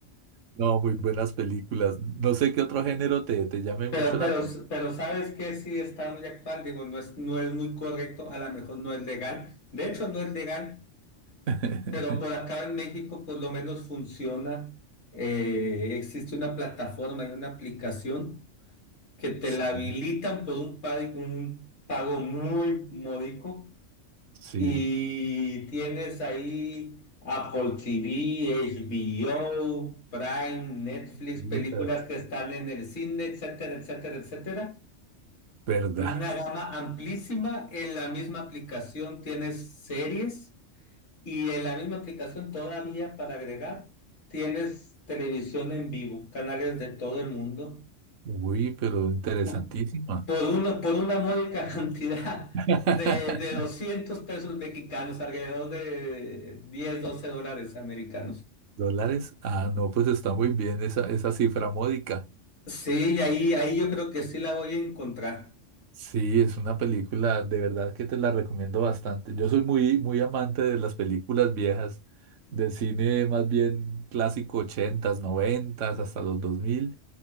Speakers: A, on the right (about 75°); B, on the left (about 60°).
A: No, muy buenas películas. No sé qué otro género te, te llame
B: Pero,
A: mucho la
B: pero,
A: atención.
B: pero sabes que sí está muy actual, digo, no es, no es muy correcto, a lo mejor no es legal, de hecho no es legal,
A: <laughs>
B: pero por acá en México por lo menos funciona, eh, existe una plataforma y una aplicación que te
A: Sí,
B: la habilitan por un pago, un pago muy módico
A: sí.
B: y tienes ahí Apple TV, HBO, Prime, Netflix,
A: Sí,
B: películas que están en el cine, etcétera, etcétera, etcétera
A: ¿Verdad?
B: una gama amplísima. En la misma aplicación tienes series y en la misma aplicación todavía para agregar tienes televisión en vivo, canales de todo el mundo.
A: Uy, pero interesantísima.
B: Po- Por una, por una módica <laughs> cantidad
A: <laughs>
B: de, de 200 pesos mexicanos, alrededor de 10 12 dólares americanos.
A: ¿Dólares? Ah, no, pues está muy bien esa, esa cifra módica.
B: Sí, ahí, ahí yo creo que sí la voy a encontrar.
A: Sí, es una película de verdad que te la recomiendo bastante. Yo soy muy, muy amante de las películas viejas, del cine más bien clásico 80s, 90s, hasta los 2000.